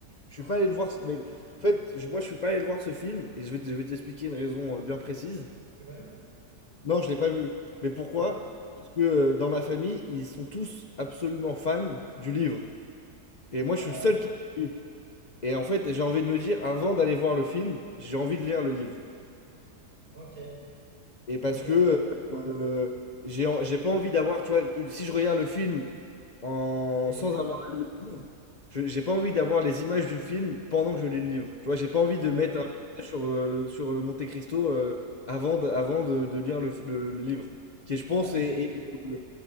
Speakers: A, on the left; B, on the right.
A: je suis pas allé le voir, mais en fait, je- moi, je suis pas allé le voir ce film et je vais, t- je vais t'expliquer une raison euh, bien précise.
B: Tu l'as pas vu?
A: Non, je l'ai pas vu. Mais pourquoi?
B: Ah ouais?
A: Parce que euh, dans ma famille, ils sont tous absolument fans du livre. Et moi, je
B: Ah,
A: suis le seul qui l'a lu. Et en fait, j'ai envie de me dire, avant d'aller voir le film, j'ai envie de lire le livre.
B: ok.
A: Et parce
B: Ok,
A: que
B: ok, ok.
A: euh, j'ai en- j'ai pas envie d'avoir, tu vois, si je regarde le film en,
B: Déçu
A: sans
B: par
A: avoir
B: le livre.
A: lu le livre, je- j'ai pas envie d'avoir les images du film pendant que je lis le livre. Tu vois, j'ai pas envie
B: Ouais.
A: de mettre
B: ouais.
A: un message sur, euh, le, sur le Monte Cristo euh, avant de, avant de, de lire le, le- le livre, qui, je pense,
B: Ah, donc,
A: est,
B: tu-
A: est- euh,